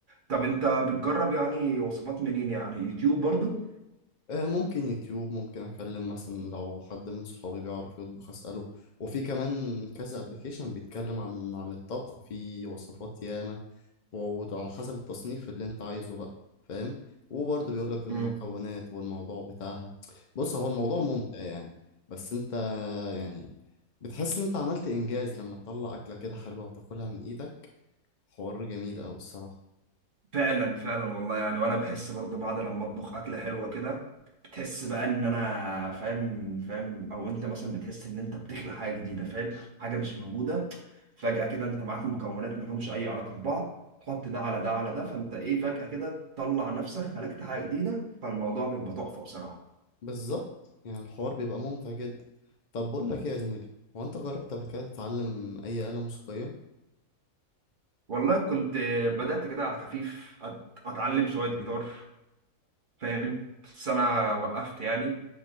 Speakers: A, on the right; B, on the left.
A: طب أنت بتجرب يعني وصفات منين يعني يوتيوب برضه؟
B: آه، ممكن يوتيوب ممكن اكلم مثلا لو حد من صحابي بيعرف يطبخ اساله وفي كمان كذا ابلكيشن بيتكلم عن عن الطبخ في وصفات ياما وعلى حسب التصنيف اللي انت عايزه بقى فاهم وبرضه بيقول لك المكونات
A: امم
B: والموضوع بتاعها بص هو الموضوع ممتع يعني بس انت يعني بتحس ان انت عملت انجاز لما تطلع اكله كده حلوه وتاكلها من ايدك حوار جميل قوي الصراحه
A: فعلا فعلا والله يعني وانا بحس برضه بعد لما اطبخ اكله حلوه كده بتحس بقى ان انا فاهم فاهم او انت مثلا بتحس ان انت بتخلق حاجه جديده فاهم حاجه مش موجوده فجاه كده انت معاك مكونات ما لهمش اي علاقه ببعض تحط ده على ده على ده فانت ايه فجاه كده تطلع نفسك خلقت حاجه جديده فالموضوع بيبقى تحفه بصراحه
B: بالظبط يعني الحوار بيبقى ممتع جدا طب بقول لك ايه يا زميلي هو انت جربت قبل كده تتعلم اي آلة موسيقية
A: والله كنت بدات كده على خفيف أت- اتعلم شويه جيتار فاهم بس انا وقفت يعني